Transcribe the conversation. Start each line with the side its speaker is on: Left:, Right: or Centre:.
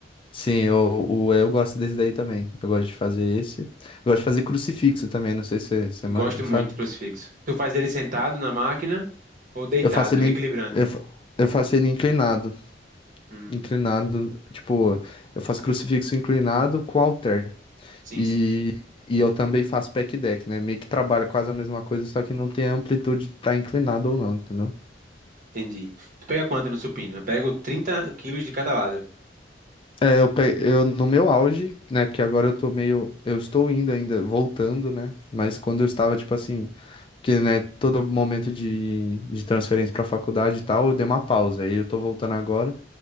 Left: Sim, eu, o, eu gosto desse daí também. Eu gosto de fazer esse. Eu gosto de fazer crucifixo também, não sei se você você
Right: Eu
Left: manja,
Right: gosto
Left: sabe?
Right: muito de crucifixo. Tu faz ele sentado na máquina ou deitado,
Left: Eu faço ele,
Right: equilibrando?
Left: in- eu, fa- eu faço ele inclinado.
Right: Hum,
Left: Inclinado, tipo, eu faço crucifixo inclinado com halter.
Right: sim,
Left: E,
Right: sim.
Left: e eu também faço pack deck, né? Meio que trabalha quase a mesma coisa, só que não tem a amplitude de estar inclinado ou não, entendeu?
Right: Entendi. Tu pega quanto no supino? Eu pego 30 quilos de cada lado.
Left: É, eu, pe- eu no meu auge, né? Porque agora eu tô meio. Eu estou indo ainda, voltando, né? Mas quando eu estava, tipo assim. Porque, né, todo momento de, de transferência para faculdade e tal, eu dei uma pausa. Aí eu tô voltando agora.